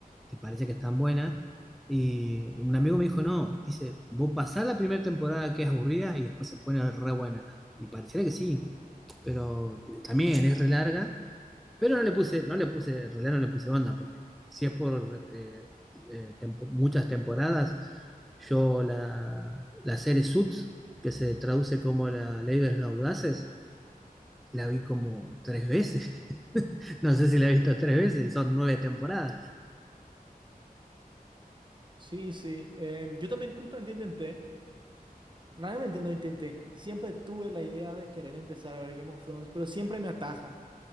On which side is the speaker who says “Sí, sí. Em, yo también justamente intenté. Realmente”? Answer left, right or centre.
Right